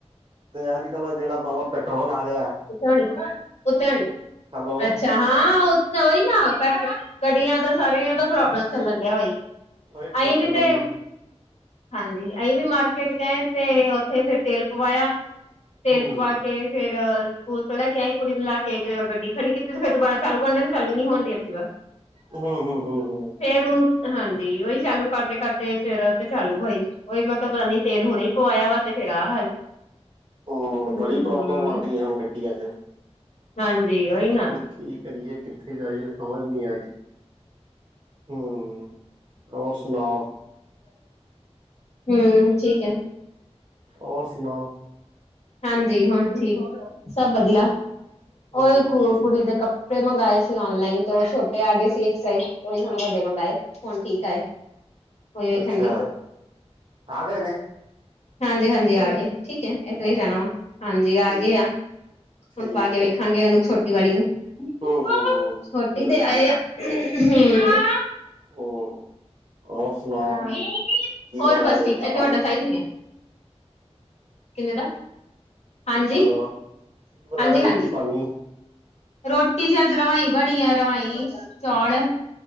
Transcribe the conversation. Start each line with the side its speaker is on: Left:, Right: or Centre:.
Right: ਤੇ ਅੱਜਕਲ ਜੇੜਾ ਨਵਾਂ ਪੈਟਰੋਲ ਆ ਰਿਆ।
Left: ਉਤਾਣੀ-ਉਤਾਣੀ,
Right: ਹੈਲੋ
Left: ਅੱਛਾ। ਛਾ ਹਾਂ ਉਹ ਤਾਂ ਨਾ ਗੱਡੀਆਂ ਦਾ ਸਾਰੀਆਂ ਦਾ ਪ੍ਰੋਬਲਮ ਚੱਲਣ ਡਿਆ ਵੇ।
Right: ਨਹੀਂ
Left: ਅਈ ਵੀ
Right: ਜਿਹੜਾ
Left: ਤੇ
Right: ਨ-
Left: ਹਾਂਜੀ ਅਹੀ ਵੀ ਮਾਰਕੀਟ ਗਏ ਤੇ ਉੱਥੇ ਫੇਰ ਤੇਲ ਪਵਾਇਆ। ਤੇਲ
Right: ਹੂੰ
Left: ਪਵਾ ਕੇ ਫੇਰ ਸਕੂਲ ਤੋਂ ਲੈ ਕੇ ਆਏ ਕੁੜੀ ਨੇ ਲੇ ਕੇ ਗੱਡੀ ਖੜੀ ਕੀਤੀ ਤੇ ਫੇਰ ਦੁਬਾਰਾ ਚਾਲੂ ਕ ਡੇ ਚਾਲੂ ਨੀ ਹੋਣ ਡੀ ਐਕਟਿਵਾ।
Right: ਹੂੰ ਹੂੰ ਹੂੰ, ਹੂੰ
Left: ਫੇਰ ਉਨੂੰ ਹਾਂਜੀ ਉਹੀ ਚਾਲੂ ਕਰਦੇ-ਕਰਦੇ ਫੇਰ ਤੇ ਚਾਲੂ ਹੋਈ। ਓਈ ਮੈਂ ਕਿਆ ਪਤਾ ਨੀ ਤੇਲ ਹੁਣੇ ਹੀ ਪਵਾਇਆ ਵਾ ਤੇ ਫੇਰ ਆ ਹਾਲ।
Right: ਹਾਂ
Left: ਹਮ
Right: ਬੜੀ ਪ੍ਰੋਬਲਮ ਆ ਗਈ ਹਾਨੂੰ ਗੱਡੀਆਂ ਚ।
Left: ਹਾਂਜੀ ਓਈ
Right: ਹੁਣ ਕੀ ਕਰੀਏ ਕਿੱਥੇ ਜਾਈਏ ਸਮਝ ਨੀ ਆ ਰੀ ਹੂੰ। ਔਰ ਸੁਣਾਓ
Left: ਹੂੰ ਠੀਕ ਐ।
Right: ਔਰ ਸੁਨਾਓ?
Left: ਹਂਜੀ ਹੁਨ ਠੀਕ ਸਭ ਵਧੀਆ
Right: ਹੂੰ
Left: ਔਹੀ ਕੁ
Right: ਕੀ ਚ
Left: ਕੁੜੀ ਦੇ ਕੱਪੜੇ ਮੰਗਵਾਏ ਸੀ। ਔਨਲਾਈਨ ਤੇ ਛੋਟੇ ਆ ਗਏ ਸੀ ਉ ਹੁ ਵੱਡੇ ਮੰਗਵਾਏ ਹੁਨ ਠੀਕ ਆਏ। ਉਹੀ ਵੇਖਣ
Right: ਅੱਛਾ
Left: ਡੀ
Right: ਆ ਗਏ ਨੇ।
Left: ਹਂਜੀ, ਹਂਜੀ ਆ ਗਏ ਠੀਕ ਐ ਇਸ ਤਰ
Right: ਹੂੰ
Left: ਹੀ ਰਹਿਨਾ ਵਾ ਹਂਜੀ ਆ
Right: ਠੀਕ
Left: ਗਏ ਆ।
Right: ਠੀਕ
Left: ਹੁਨ ਪਾ ਕੇ ਵੇਖਾਂਗੇ
Right: ਆ
Left: ਉਨੂੰ ਛੋਟੀ ਵਾਲੀ ਨੂੰ ਛੋਟੀ
Right: ਹੂੰ ਹੂੰ ਹੂੰ ਜ਼ਰੂਰੀ
Left: ਤੇ ਆਏ ਆ। ਹੂੰ ਹੂੰ।
Right: ਹੂੰ ਔਰ ਸੁਣਾਓ
Left: ਹਾਂ
Right: ਕੀ
Left: ਹੋਰ
Right: ਬਣਾਇਆ
Left: ਬਸ
Right: ਰੋਟੀ
Left: ਠੀਕ ਐ
Right: ਪਾਣੀ
Left: ਤੁੱਡਾ ਸਾਈਜ਼ ਨੀਐ। ਕਿੰਨੇ ਦਾ ਹਂਜੀ,
Right: ਹੈਲੋ ਕੀ ਬਣਾਇਆ
Left: ਹਂਜੀ,
Right: ਰੋਟੀ
Left: ਹਂਜੀ।
Right: ਪਾਣੀ
Left: ਰੋਟੀ ਚ ਅੱਜ ਰਵਾਈ ਬਨੀ ਐ ਰਵਾਈ ਚੌਲ।